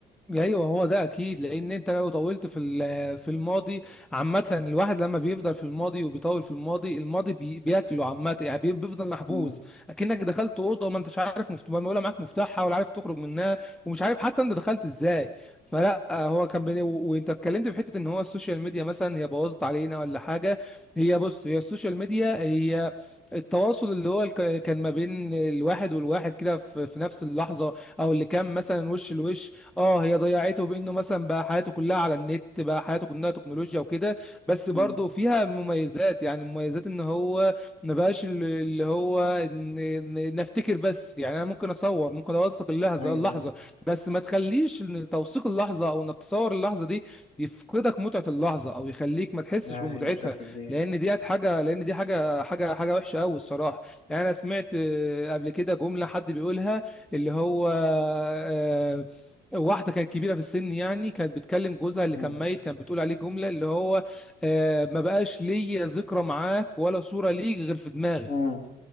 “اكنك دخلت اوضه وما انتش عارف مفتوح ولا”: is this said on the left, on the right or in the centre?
Centre